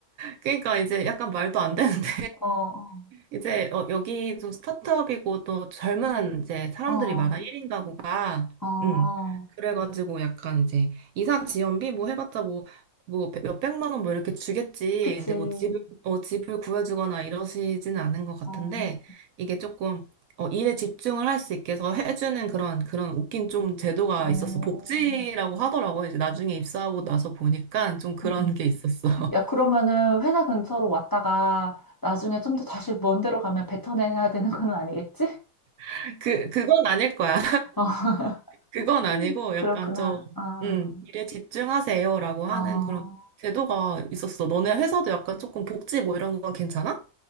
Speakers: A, on the right (about 75°); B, on the left (about 25°).
A: 그러니까 이제 약간 말도 안 되는데.
B: 어. 어.
A: 이제 어, 여기 좀 스타트업이고 또 젊은 이제 사람들이
B: 어,
A: 많아 1인 가구가
B: 어,
A: 음 그래가지고 약간 이제 이사 지원비 뭐 해봤자 뭐 뭐 몇백만 원 뭐 이렇게 주겠지
B: 그치.
A: 근데 뭐 집을 어 집을 구해주거나 이러시지는 않은 것 같은데
B: 어,
A: 이게 조금 어 일에 집중을 할 수 있게 해서 해주는 그런 그런 웃긴 좀 제도가
B: 어,
A: 있었어 복지라고
B: 음,
A: 하더라고 이제 나중에 입사하고 나서 보니까 좀 그런
B: 음.
A: 게 있었어
B: 야, 그러면은 회사 근처로 왔다가 나중에 좀 더 다시 먼 데로 가면 뱉어내야 되는 건 아니겠지?
A: <laughs> 그 그건 아닐 거야
B: 어,
A: 그건
B: <laughs>
A: 아니고
B: 그렇구나.
A: 약간 좀,
B: 어,
A: 음, 일에 집중하세요라고 하는
B: 어.
A: 그런 제도가 있었어. 너네 회사도 약간 조금 복지 뭐 이런 건 괜찮아?